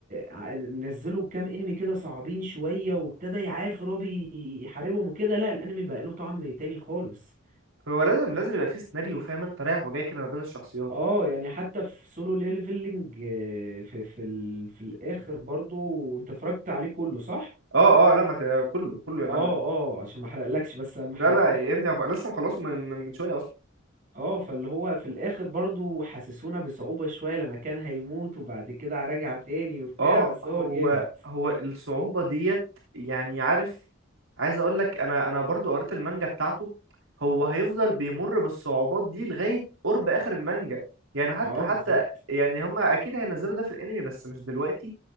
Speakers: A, on the right (about 40°); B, on the right (about 85°).
A: ع- نزلوا كام انمي كده صعبين شوية وابتدى يعاف رابي يحاربهم وكده لا الانمي بقى له طعم تاني خالص
B: هو لازم لازم يبقى في سيناريو فاهم انت رايح وجاي كده ما بين الشخصيات
A: اه يعني حتى في سولو ليفلنج في في ال... في الاخر برضو انت اتفرجت عليه كله صح
B: اه اه لا ما ت- كله كله يا معلم
A: اه اه عشان ما احرقلكش بس اهم حاجة
B: لا لا يا ابني أنا لسه مخلصه من من من شويه اصلا
A: <laughs> اه فاللي هو في الاخر برضو حسسونا بصعوبة شوية لما كان هيموت وبعد كده رجع تاني وبتاع
B: اه
A: بس
B: هو
A: هو جامد
B: هو الصعوبه ديت يعني عارف عايز اقول لك انا انا برضو قريت المانجا بتاعته هو هيفضل بيمر بالصعوبات دي لغايه قرب اخر المانجا يعني حتى
A: اه
B: حتى
A: بالظبط
B: يعني هما اكيد هينزلوا ده في الانمي بس مش دلوقتي